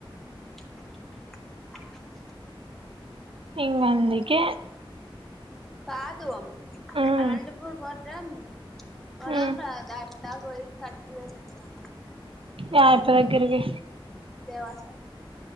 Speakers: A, in the centre; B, on the right.
A: <inaudible>
B: ఇంగ అందుకే
A: కాదు
B: ఉమ్
A: అనంతపూర్ పోతే పోదాం
B: ఉమ్
A: రా డాక్టర్ కాడికి పోయి సతపియాల తెదాం
B: యాయప్ప దగ్గరకి
A: దెవా సార్